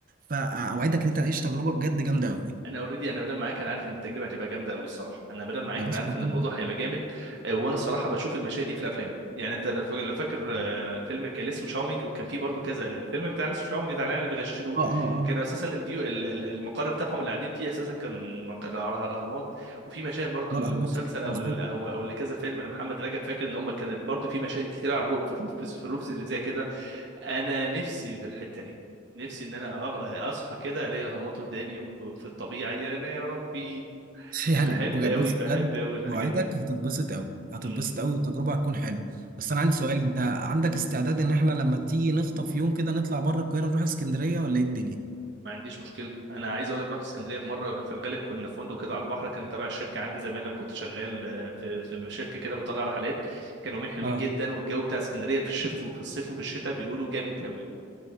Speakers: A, on the right; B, on the right.
A: فأوعدك إن أنت تعيش تجربة بجد جامدة أوي
B: انا اوريدي انا مدام معاك انا عارف ان التجربه هتبقى جامده قوي الصراحه انا مدام معاك
A: يا باشا
B: انا عارف
A: ربنا
B: ان الموضوع
A: يكرمك.
B: هيبقى جامد آه، وانا الصراحه بشوف المشاهد دي في الافلام يعني انت لو فاكر لو فاكر، آه، الفيلم اللي كان اسمه شاومينج وكان فيه برضو كذا الفيلم بتاع لسه شاومينج بتاع العيال اللي بيغششوا دول
A: آه آه
B: كانوا
A: آه
B: اساسا الفيو ال- ال- المقر بتاعهم اللي قاعدين فيه اساسا كان مق- الأهر- الاهرامات وفي مشاهد برضو
A: على
B: لمسلسل
A: الأهرامات
B: او
A: مظبوط
B: ل- او او لكذا فيلم لمحمد رجب فاكر ان هم كان برضو في مشاهد كتير على الروف في الروف في الروف اللي زي كده انا نفسي في الحته دي نفسي ان انا أغ- اصحى كده الاقي الاهرامات قدامي وفي الطبيعه يا لا يا ربي
A: <laughs> يعني
B: بحب
A: بجد-
B: قوي
A: بص
B: بحب
A: بجد
B: قوي الحاجات
A: موعدك
B: دي
A: هتتبسط قوي هتتبسط
B: مم.
A: قوي والتجربه هتكون حلوه بس انا عندي سؤال انت عندك استعداد ان احنا لما تيجي نخطف يوم كده نطلع بره القاهره نروح اسكندريه ولا ايه الدنيا
B: ما عنديش مشكله انا عايز اقول لك رحت اسكندريه في مره في الغالب كنا في فندق كده على البحر كان تبع الشركه عندي زمان لما كنت شغال آه، في في شركه كده بتطلع رحلات كانوا يومين حلوين
A: اه
B: جدا والجو بتاع اسكندريه في الشتاء وفي الصيف وفي الشتاء بيقولوا جامد قوي